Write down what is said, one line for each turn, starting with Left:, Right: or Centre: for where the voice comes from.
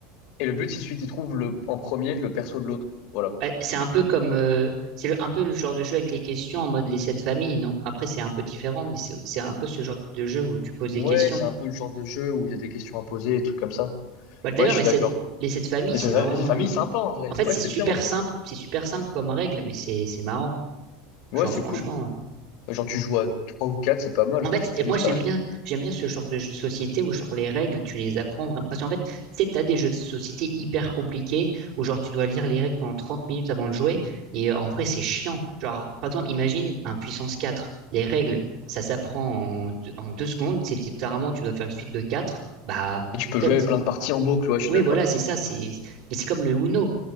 Left: Et le but, c'est celui qui trouve le, en premier le perso de l'autre. Voilà.
Right: Bah, c'est un peu comme, euh, c'est le- un peu le genre de jeu avec les questions en mode les sept familles, non? Après, c'est un peu différent, mais c'est c'est un peu ce genre de jeu où tu poses des
Left: Ouais,
Right: questions.
Left: c'est un peu le genre de jeu où il y a des questions à poser, des trucs comme ça.
Right: Bah, d'ailleurs,
Left: Ouais, je suis
Right: les sept,
Left: d'accord.
Right: les sept familles,
Left: Et
Right: c'est
Left: c'est ça,
Right: vraiment,
Left: les familles,
Right: euh,
Left: c'est sympa en vrai.
Right: en fait,
Left: Ouais,
Right: c'est
Left: c'est
Right: super
Left: bien en vrai.
Right: simple, c'est super simple comme règle, mais c'est c'est marrant.
Left: Ouais,
Right: Genre,
Left: c'est
Right: franchement.
Left: cool.
Right: euh,
Left: Genre, tu joues à 3 ou 4 c'est pas mal
Right: En
Left: en
Right: fait,
Left: vrai, cette
Right: et
Left: famille,
Right: moi
Left: c'est
Right: j'aime
Left: pas mal.
Right: bien, j'aime bien ce genre de jeu de société où genre les règles, tu les apprends vraiment. Parce qu'en fait, tu sais, t'as des jeux de société hyper compliqués où genre tu dois lire les règles pendant 30 minutes avant de jouer. Et euh, en vrai, c'est chiant. Genre, par exemple, imagine un puissance 4. Les règles, ça s'apprend en, deux- en deux secondes. C'est littéralement, tu dois faire une suite de 4. Bah, en
Left: Et tu peux
Right: fait,
Left: jouer plein de parties en boucle, ouais, je suis
Right: oui,
Left: d'accord.
Right: voilà, c'est ça. C'est, mais c'est comme le Uno.